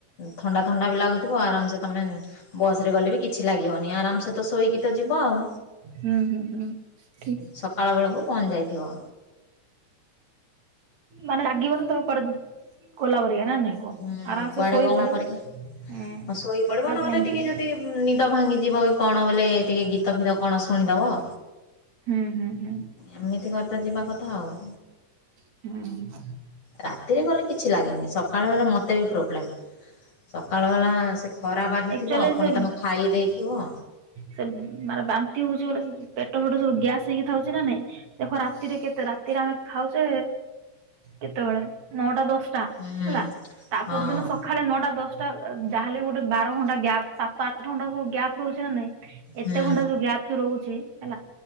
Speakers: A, on the left (about 55°); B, on the right (about 65°).
A: ଥଣ୍ଡା ଥଣ୍ଡା ବି ଲାଗୁଥିବ ଆରାମସେ ତମେ ବସ ରେ ଗଲେ ବି କିଛି ଲାଗିବନି ଆରାମସେ ତ ଶୋଇକି ତ ଯିବଆଉ,
B: ହୁଁ ହୁଁ ହୁଁ ଠିକ୍
A: ସକାଳ ବେଳକୁ ପହଞ୍ଚି ଯାଇଥିବ।
B: ମାନେ ଲାଗିବନି ତମେ କୁଆଡେ ଗଲାପ ରିଆ ନା ନାଇଁ। କୁହ
A: ହୁଁ,
B: ଆରାମସେ
A: କୁଆଡେ
B: ଶୋଇ
A: ଗଲା
B: ପଡିବ
A: ପରିକା ଆଉ
B: ହୁଁ
A: ଶୋଇ
B: ସକାଳେ
A: ପଡିବ ନହେଲେ
B: ପହଞ୍ଚିବ
A: ଟିକେ ଯଦି ନିଦ ଭାଙ୍ଗିଯିବ କି କଣ ବୋଇଲେ ଟିକେ ଗୀତ ଫିତ କଣ ଶୁଣିଦବ।
B: ହୁଁ, ହୁଁ, ହୁଁ।
A: ଏମିତି କରି ତ ଯିବା କଥା ଆଉ।
B: ହୁଁ।
A: ରାତିରେ ଗଲେ କିଛି ଲାଗେନି ସକାଳେ ହେଲେ ମତେ ବି ପ୍ରୋବ୍ଲେମ୍। ସକାଳ ବେଳା ସେ ଖରା ବାଜୁଥିବ।
B: ଏକ୍ଚୁଆଲି
A: ପୁଣି
B: ସେ
A: ତମେ ଖାଇ ଦେଇଥିବ।
B: ସେ ମାନେ ବାନ୍ତି ହଉଛି ବୋଇଲେ, ପେଟ ଫେଟ ସବୁ ଗ୍ୟାସ ହେଇକି ଥାଉଛି ନା ନାଇଁ? ଦେଖ ରାତିରେ କେତେ, ରାତିରେ ଆମେ ଖାଉଛେ, କେତେବେଳେ ନଅଟା ଦଶ ଟା,
A: ହୁଁ
B: ହେଲା ତା
A: ହଁ।
B: ପର ଦିନ ସକା ସକାଳେ ନଅଟା ଦଶଟା, ଯାହାହେଲେ ବି ଗୋଟେ ବାର ଘଣ୍ଟା ଗ୍ୟାପ୍ ସାତଟା ଆଠ ଘଣ୍ଟା ଗ୍ୟାପ୍ ରହୁଛି ନା ନାଇଁ? ଏତେ
A: ହୁଁ
B: ଘଣ୍ଟା ଯୋଉ ଗ୍ୟାପ୍ ରହୁଛି, ହେଲା